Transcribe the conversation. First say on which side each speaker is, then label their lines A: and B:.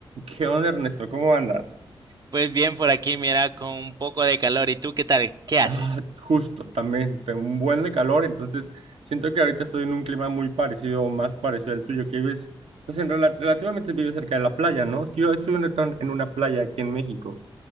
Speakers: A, on the right; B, on the right.
A: ¿Qué onda, Ernesto? ¿Cómo andas?
B: Pues bien, por aquí mira, con un poco de calor. ¿Y tú qué tal? ¿Qué haces?
A: Ah, justo, también tengo un buen de calor, entonces siento que ahorita estoy en un clima muy parecido, o más parecido al tuyo, que vives, pues en rela- relativamente vives cerca de la playa, ¿no? Es que yo estoy en una en una playa aquí en México.